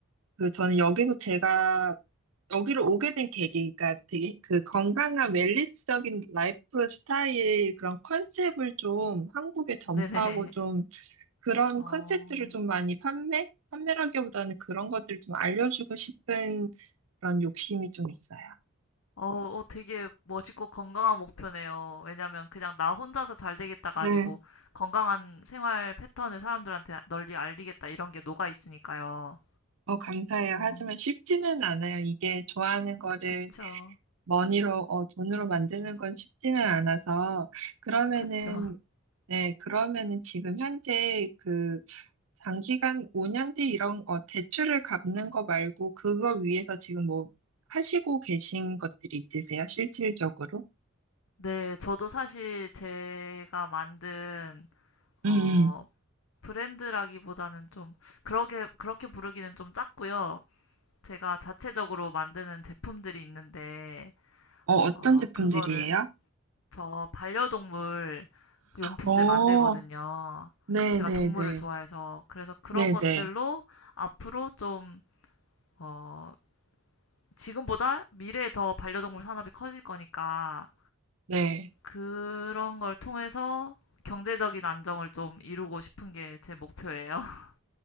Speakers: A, on the right (about 75°); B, on the left (about 65°).
A: 그 저는 여기서 제가 여기로 오게 된 계기가 되게 그 건강한 웰니스적인 라이프 스타일 그런 컨셉을 좀 한국에 전파하고
B: 네네.
A: 좀
B: <laughs>
A: 그런
B: 어,
A: 컨셉들을 좀 많이 판매? 판매라기보다는 그런 것들을 좀 알려주고 싶은 그런 욕심이 좀 있어요.
B: 어, 어, 되게 멋있고 건강한 목표네요. 왜냐면 그냥 나 혼자서 잘 되겠다가
A: 네.
B: 아니고 건강한 생활 패턴을 사람들한테 널리 알리겠다 이런 게 녹아 있으니까요.
A: 어, 감사해요.
B: 어,
A: 하지만 쉽지는 않아요. 이게 좋아하는 거를
B: 그쵸.
A: 머니로, 어, 돈으로 만드는 건 쉽지는 않아서, 그러면은,
B: 그쵸.
A: 네, 그러면은 지금 현재 그 장기간 5년 뒤 이런, 어, 대출을 갚는 거 말고, 그걸 위해서 지금 뭐 하시고 계신 것들이 있으세요? 실질적으로?
B: 네, 저도 사실 제가 만든, 어,
A: 음, 음.
B: 브랜드라기보다는 좀, 그렇게, 그렇게 부르기는 좀 작고요. 제가 자체적으로 만드는 제품들이 있는데,
A: 어, 어떤
B: 어,
A: 제품들이에요?
B: 그거를 저 반려동물 그 용품들
A: 어,
B: 만들거든요.
A: 네네네.
B: 제가 동물을 좋아해서. 그래서 그런
A: 네네.
B: 것들로 앞으로 좀, 어, 지금보다 미래에 더 반려동물 산업이 커질 거니까
A: 네.
B: 그런 걸 통해서 경제적인 안정을 좀 이루고 싶은 게 제 목표예요. <laughs>